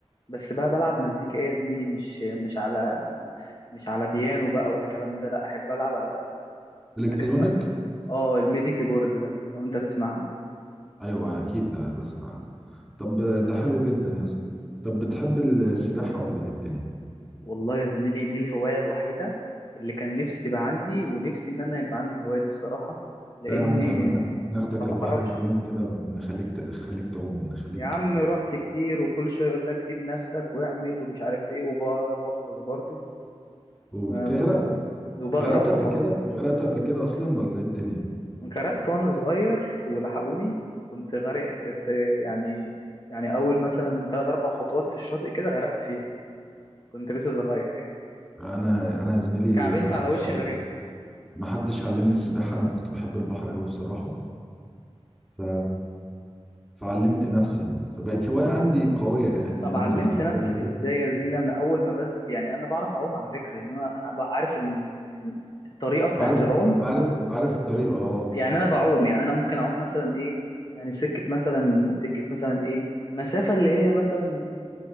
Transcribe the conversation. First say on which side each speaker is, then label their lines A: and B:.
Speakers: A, on the left (about 40°); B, in the centre.
A: بس بقى بلعب مزيكا ايه يا زميلي مش مش على مش على بيانو بقى والكلام ده لا احب العب على
B: الكترونيك
A: حاجات اه الميدي كيبورد ده لو انت تسمع عنه
B: ايوه اكيد بسمع عنه طب ده حلو جدا يا اسطى طب بتحب السباحه ولا ايه الدنيا
A: والله يا زميلي دي الهواية الوحيدة اللي كان نفسي تبقى عندي ونفسي ان انا يبقى عندي الهواية دي الصراحة لاني
B: لا يا عم ده احنا ن- ناخدك
A: ما
B: البحر
A: بعرفش
B: في يوم كده نخليك ت- نخليك تعوم نخليك
A: يا عم رحت كتير وكل شوية يقول لك سيب نفسك واعمل ومش عارف ايه وبغطس برضو
B: وبتغرق
A: ما- ما- وبغرق
B: غرقت
A: اه
B: قبل كده غرقت قبل كده اصلا ولا ايه الدنيا
A: غرقت وانا صغير ولحقوني كنت غارق في يعني يعني اول مثلا تلات اربع خطوات في الشاطئ كده غرقت فيهم كنت لسه صغير يعني
B: لا، انا انا يا زميلي
A: كعبلت
B: ما حدش
A: على وشي
B: علم
A: غرقت
B: ما حدش علمني السباحه انا كنت بحب البحر قوي بصراحه ف فعلمت نفسي يعني فبقت هوايه عندي قويه يعني
A: طب
B: ان انا
A: علمت نفسك
B: كل يوم
A: ازاي يا زميلي انا اول ما بنزل يعني انا بعرف اعوم على فكره يعني انا هبقى عارف ال... ال- الطريقه بتاعت
B: عارف
A: العوم
B: الت- عارف عارف الطريقه اه
A: يعني انا بعوم يعني انا ممكن اعوم مثلا ايه يعني سكه مثلا سكه مثلا ايه مسافه اللي هي مثلا